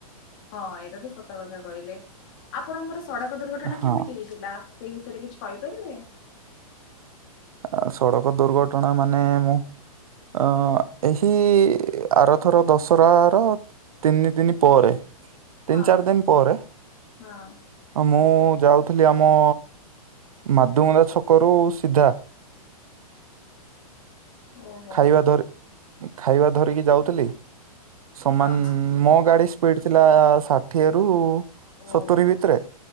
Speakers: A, on the left (about 30°); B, on the right (about 65°).
A: ହଁ ଏଇଟା ତ ସତ କଥା କହିଲେ। ଆପଣଙ୍କର ସଡ଼କ ଦୁର୍ଘଟଣା
B: ହଁ
A: କେମିତି ହେଇଥି ଲାସ ସେଇ ବିଷୟରେ କିଛି କହିପାରିବେ?
B: ଆ ସଡ଼କ ଦୁର୍ଘଟଣା ମାନେ ମୁଁ ଅ ଏହି ଆରଥର ଦଶରା ର ତିନି ଦିନି ପରେ
A: ହଁ
B: ତିନି ଚାରି ଦିନ ପରେ।
A: ହଁ
B: ଆ ମୁଁ ଯାଉଥିଲି ଆମ ମାଧୁମନ୍ଦା ଛକରୁ ସିଧା
A: ଓହୋ
B: ଖାଇବା
A: ହୋ
B: ଧରି ଖାଇବା ଧରିକି ଯାଉଥିଲି। ସମାନ
A: ହଁ ହଁ
B: ମୋ ଗାଡି ସ୍ପି ସ୍ପିଡ୍ ଥିଲା ଷାଠିଏ ରୁ
A: ଓହୋ
B: ସତୁରି ଭିତରେ।
A: ହୋ